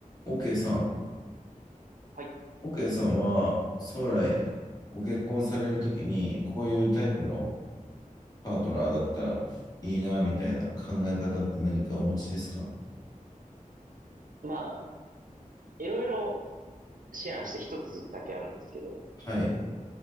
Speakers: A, on the left (about 25°); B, on the right (about 75°).
A: OK さん、
B: はい。
A: OK さんは将来ご結婚されるときにこういうタイプのパートナーだったらいいなみたいな考え方って何かお持ちですか
B: まあ、いろいろ思案して一つだけあるんですけど、
A: はい。